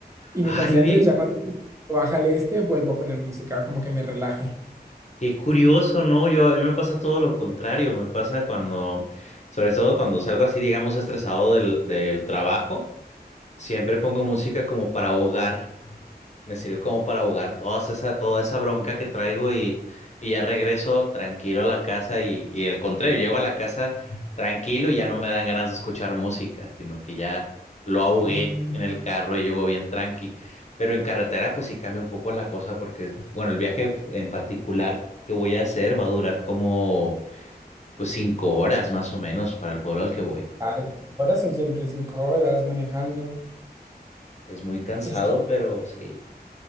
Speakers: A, on the right (about 20°); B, on the left (about 45°).
A: y
B: Ay,
A: me concentro
B: oye,
A: y ya cuando baja el este vuelvo a poner música, como que me relaje.
B: qué curioso, ¿no? Yo, a mí me pasa todo lo contrario, me pasa cuando, sobre todo cuando salgo así, digamos, estresado del, del trabajo, siempre pongo música como para ahogar Me sirve como para ahogar toda esa, toda esa bronca que traigo y, y ya regreso tranquilo a la casa y, y al contrario, llego a la casa tranquilo y ya no me dan ganas de escuchar música, sino que ya lo ahogué
A: Mm,
B: en el carro y llego bien tranqui. Pero en carretera pues sí cambia un poco la cosa porque, bueno, el viaje en particular que voy a hacer va a durar como pues cinco horas más o menos para el pueblo al que voy.
A: Claro, cinco horas son siempre cinco horas manejando.
B: Es muy cansado,
A: Es que,
B: pero sí.